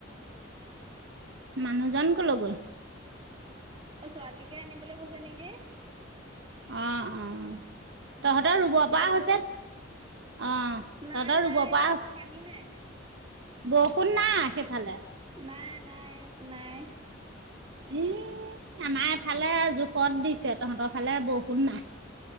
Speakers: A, on the right; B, on the right.
A: মানুহজন ক'লৈ গ'ল?
B: অ', ছোৱালীকে আনিবলৈ গৈছে নেকি!
A: অ', অ'। তহঁতৰ
B: যাওঁতে
A: ৰুব
B: খোজকাঢ়ি
A: পৰা হৈছে,
B: গ'ল
A: অ',
B: নাই
A: তহঁতৰ ৰুব
B: নাই
A: পৰা
B: অ' আমাৰ পানী নাই।
A: বৰষুণ নাই সেইফালে?
B: নাই নাই আপ নাই।
A: ই আমাৰ এফালে জোখত দিছে। তহঁতৰ ফালে বৰষূণ নাই।